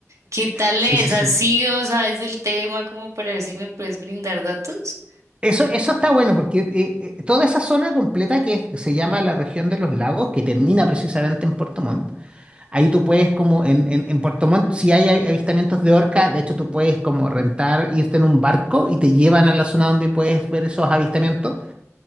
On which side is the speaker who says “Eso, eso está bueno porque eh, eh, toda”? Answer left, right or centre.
Right